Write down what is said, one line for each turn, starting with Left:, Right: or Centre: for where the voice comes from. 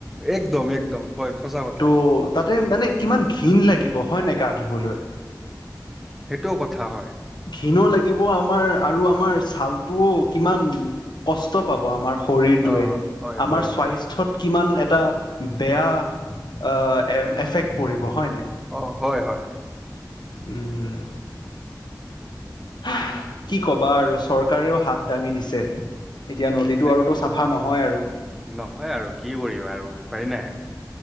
Centre: একদম একদম হয় সঁচা কথা।
Left: ত' তাতে মানে কিমান ঘিণ লাগিব হয় নে গা ধুবলৈ।
Centre: সেইটোও কথা হয়
Left: ঘিণো লাগিব আমাৰ আৰু আমাৰ চাল- টো কিমান কষ্ট পাব আমাৰ শৰীৰটোৱে
Centre: অ হয়
Left: আমাৰ
Centre: হয়
Left: স্বাস্থ্যত
Centre: হয়
Left: কিমান এটা বেয়া আ এফেক্ট পৰিব হয় নাই?
Centre: অ হয়- হয়।
Left: উম, উম হা, কি ক'বা আৰু চৰকাৰেও হাত দাঙি দিছে। এতিয়া নদীটো
Centre: এ
Left: আৰুতো চাফা নহয় আৰু।
Centre: নহয় আৰু কি কৰিবা আৰু উপায় নাই আৱ